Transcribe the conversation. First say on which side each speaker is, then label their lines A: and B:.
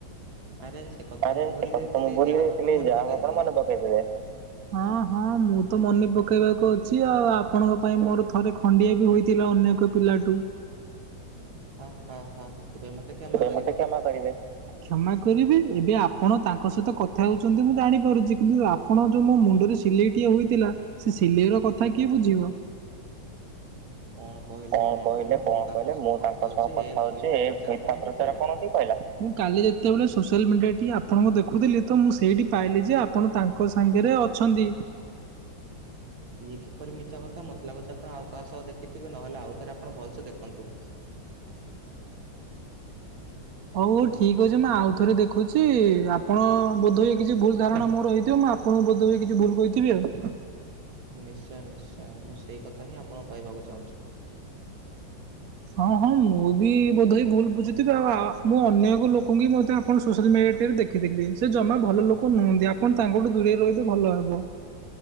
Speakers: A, on the right; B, on the right.
A: ଆରେ ସେ କଥା
B: ଆରେ
A: ତ ମୁଁ ଭୁଲି
B: ସେ କଥା
A: ଯାଇଥିଲି
B: ତ ମୁଁ ଭୁଲି
A: ଯାହା
B: ଯାଇଥିଲି
A: ହଉ ଆପଣ ମନେ
B: ଯାହାହୋଉ
A: ପକେଇଦେଲେ।
B: ଆପଣ ମନେ ପକେଇ ଦେଲେ। ହଁ ହଁ ହଁ ମୁଁ ତ ମନେ ପକେଇବାକୁ ଅଛି। ଆଉ ଆପଣ ଙ୍କ ପାଇଁ ମୋର ଥରେ ଖଣ୍ତିଏ ବି ହୋଇଥିଲେ ଅନ୍ୟକ ପିଲାଠୁ
A: ହଁ, ହଁ ହଁ ସେଥିପାଇଁ ମତେ କ୍ଷମା
B: ମତେ
A: କରିବେ।
B: କ୍ଷମା କରିବେ। କ୍ଷମା କରିବେ, ଏବେ ଆପଣ ତାଙ୍କ ସହିତ କଥା ହଉଛନ୍ତି ମୁଁ ଜାଣିପାରୁଛି। କିନ୍ତୁ ଆ ଆପଣ ଯୋଉ ମୋ ମୁଣ୍ଡରେ ସିଲେଇ ଟିଏ ହୋଇଥିଲା। ସେ ସିଲେଇ କଥା କିଏ ବୁଝିବ?
A: କଣ କହିଲେ
B: <inaudible> କଣ କହିଲେ କଣ
A: ମୁଁ ତାଙ୍କ
B: କହିଲେ
A: ସହ
B: ମୁଁ
A: କଥା
B: ତାଙ୍କ
A: ହଉଛି
B: ସହ କଥା
A: ଏ
B: ହଉଛି
A: ମିଥ୍ୟା
B: ଏ
A: ପ୍ରଚାର
B: ପଇଠା
A: ଆପଣଙ୍କୁ
B: କର।
A: କହିଲା?
B: କିଏ କହିଲା? ମୁଁ କାଲି ଯେତେବେଳେ ସୋସିଆଲ ମିଡିଆରେ ଟିକେ ଆପଣଙ୍କୁ ଦେଖୁଥିଲି, ତ ମୁଁ ସେଇଠି ପାଇଲି ଯେ ଆପ ଆପଣ ତାଙ୍କ ସାଙ୍ଗରେ ଅଛନ୍ତି।
A: ଇଏ କିପରି ମିଛା କଥା ମୋତେ ଲାଗୁଛି ଆପଣ ଆଉ କାହା ସହ ଦେଖିଥିବେ, ନହେଲେ ଆଉଥରେ ଆପଣ ଭଲସେ ଦେଖନ୍ତୁ।
B: ହଉ ହଉ ଠିକ୍ ଅଛି ମୁ ଆଉ ଥରେ ଦେଖୁଛି। ଆପଣ ବୋଧ ହୁଏ କିଛି ଭୁଲ୍ ଧାରଣା ମୋର ହେଇଥିବ। ମୁ ଆପ ଆପଣଙ୍କୁ ବୋଧ ହୁଏ କିଛି ଭୁଲ କହିଥିବି ଆଉ।
A: ନିଶ୍ଚୟ ନିଶ୍ଚୟ ମୁ ସେଇକଥା ହିଁ ଆପଣକୁ କହିବାକୁ ଚାହୁଁଛି।
B: ହଁ ହଁ ମୁଁ ବି ବୋଧ୍ ହୁଏ ଭୁଲ୍ ବୁଝୁଥିବି, ଆ ଅନ୍ୟ ଏକ ଲୋକଙ୍କୁ ବି <unintelligible> ସୋସିଆଲ ମିଡ଼ିଆରେ କେବେ ଦେ ଦେଖିଦେଇଛି, ସେ ଜମା ଭଲ ଲୋକ ନୁହନ୍ତି। ଆପଣ ତାଙ୍କଠୁ ଦୁରେଇ ରହିଲେ ଭଲ ହବ।